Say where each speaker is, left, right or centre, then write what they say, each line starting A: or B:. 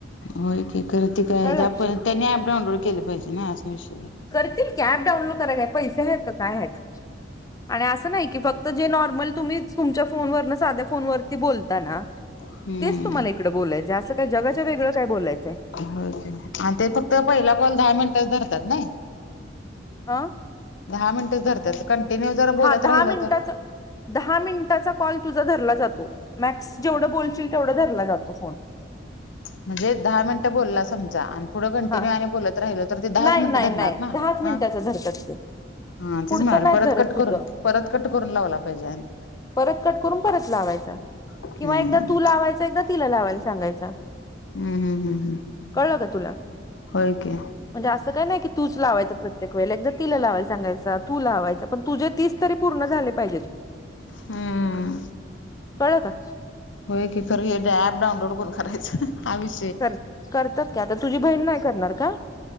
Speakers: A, on the left; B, on the left.
A: होय क खरं ते काय
B: कळलं
A: त्याप त्यांनी अऍप डाऊनलोड केलं पाहिजे ना असा विषय
B: करतील की प डाउनलोड करा काय पैसे आहेत काय आहेत आणि असं नाही की फक्त जे नॉर्मल तुम्ही तुमच्या फोन व न साध्या फोन वरती बोलता ना
A: हम्म
B: तेच तुम्हाला इकडे बलायचं असं का जगा वेगळं काय बलायचंय
A: हो आणि ते फक्त पहिला कॉल दहा मिनिटच धरतात ना
B: आा
A: दहा मिनटच धरतात कंटिन्यू जर बोलत
B: हा दहा
A: राहिलं
B: मिनिटाच
A: तर
B: दहा मिनिटाचा कॉल तुझा धरला जातो मॅक्स जेवढ बोलशील तेवढ धरला जातो फोन
A: म्हणजे दहा मिनिटं बोलला समजा पुढं कंटिन्यू
B: हा
A: आणि बोलत राहिल तर ते दहाच
B: नाही
A: मिनिटं
B: नाही
A: धरणार
B: नाही
A: ना
B: दहाच मिनिटाचा
A: ह
B: धरतात ते
A: हा
B: पुढचं
A: तेच म्हणाले
B: नाही
A: परत
B: धरत
A: कट
B: तुझं
A: करून परत कट करून लावला पाहिजे आणि
B: परत कट करून परत लावायचा
A: हम्म
B: किंवा एकदा तू लावायच एकदा तिला लावायला सांगयचा
A: हम् हम् हम् हम
B: कळलं का तुला
A: हो का
B: म्हणजे असं काय नाही की तूच लावायच प्रत्ये वेळेला जदा तिला लावाय सांगायं तू लावायं पण तुझे तीस तरी पूर्ण झाले पाहिजेत
A: हम्म.
B: कळलं का?
A: होय की करूया डॅ ॲप डाऊनलोड करून करायचं आविष
B: कर करतात की आता तुझी बहीण नाहीं करणारं का?